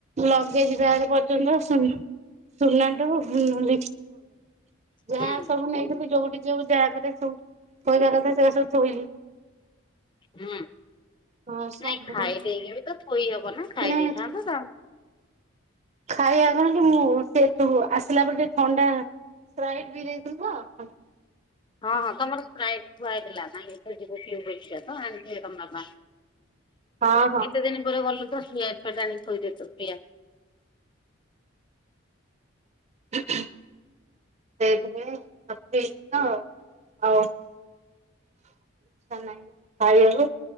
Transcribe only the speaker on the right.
ଲଗେଇଛି ବାଘ ପର୍ଯ୍ୟନ୍ତ ଆସ <unintelligible> ପର୍ଯ୍ୟନ୍ତ ଯାହା
ସବୁ ନେଇଥିଲୁ ଯୋଉଠି ଯୋଉ ଜା ଘରେ ସବୁ। ଥୋଇବା କଥା ସେରା ସବୁ ଥୋଇଲି।
ହଁ ସବୁ
ମାନେ
ଖାଇବା କଣ କି ମୁଁ ସେଠୁ ଆସିଲା ପରେ ଟିକେ ଥଣ୍ଡା। ସ୍ପ୍ରାଇଟ ପି ଦେଇଥିଲୀ ତ ।
ହଁ ହଁ
ସେଇଥି ପାଇଁ ଆଉ ପିଲୁ ତ । ଇଛା ନାହିଁ ଖାଇଆକୁ।